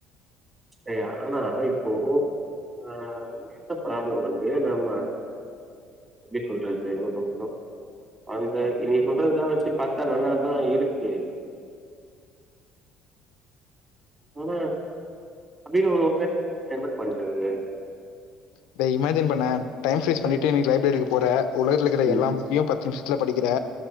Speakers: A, on the right; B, on the left.
A: ஏ ஆனா இப்போ ஆ உண்மையான ப்ராப்பலம் வந்து நம்ம அப்டி சொல்றது ஒரு நிமிஷம் அந்த நீ சொல்றதுலா வச்சு பாத்தா நல்லாதா இருக்கு ஆனா அப்பின்னு <unintelligible> என்ன பண்றது
B: இத இமேஜின் பண்ணே டைம் பிரிஷ் பண்ணிட்டு நீ லைப்ரரிக்கு போற உலகதுல இருக்கிற
A: ம்.
B: எல்லா புக்யு பத்து நிம்ஷத்துல படிக்கிற